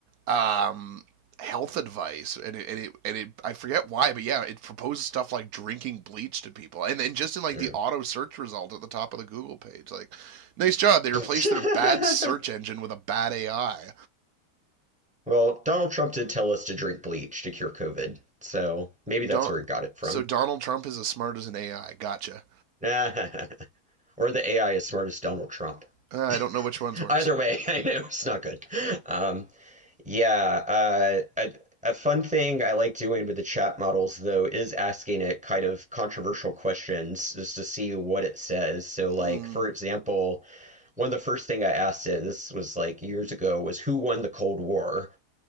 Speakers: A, on the right; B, in the centre.
A: um health advice and it, and it and it i forget why but yeah it proposes stuff like drinking bleach to people and and just in like
B: Yeah.
A: the auto search result at the top of the google page like nice job they replaced
B: <laughs>
A: their bad search engine with a bad ai
B: well, Donald Trump did tell us to drink bleach to cure COVID, so maybe
A: Don-
B: that's where he got it from.
A: so Donald Trump is as smart as an AI. Gotcha.
B: <laughs> Or the AI is smart as Donald Trump.
A: Uh, I
B: <laughs>
A: don't know which one's worse.
B: Either way, I know it's not good. Um, yeah, uh, a, a fun thing I like doing with the chat models, though, is asking it kind of controversial questions just to see what it says. So, like,
A: Mm.
B: for example, one of the first thing I asked it, this was like years ago, was who won the Cold War?